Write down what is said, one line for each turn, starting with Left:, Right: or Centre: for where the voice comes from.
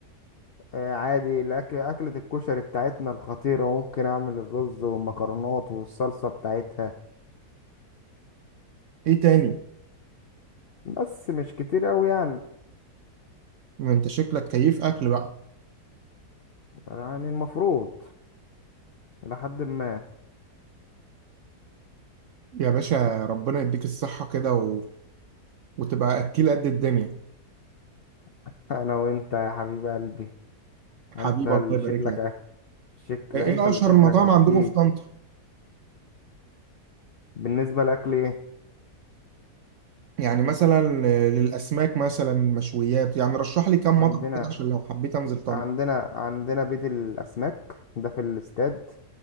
Left: آه، عادي الاكل اكلة الكشري بتاعتنا الخطيرة ممكن اعمل الرز والمكرونات والصلصة بتاعتها
Right: ايه تاني
Left: بس مش كتير اوي يعني
Right: ما انت شكلك كيف اكل بقى
Left: يعني المفروض الى حد ما
Right: يا باشا ربنا يديك الصحة كده و... وتبقى اكيل قد الدنيا
Left: <laughs> انا وانت يا حبيب قلبي انت
Right: حبيبي
Left: اللي
Right: الله يبارك
Left: شكلك
Right: لك
Left: أك... شكل
Right: ايه
Left: انت
Right: إيه
Left: اللي
Right: اشهر
Left: شكلك
Right: المطاعم
Left: اكيد
Right: عندكم في طنطا
Left: بالنسبة لاكل ايه
Right: يعني مثلا للاسماك مثلا مشويات يعني رشح لي كام
Left: عندنا
Right: مطعم كده عشان لو حبيت انزل طنطا
Left: عندنا عندنا بيت الاسماك ده في الاستاد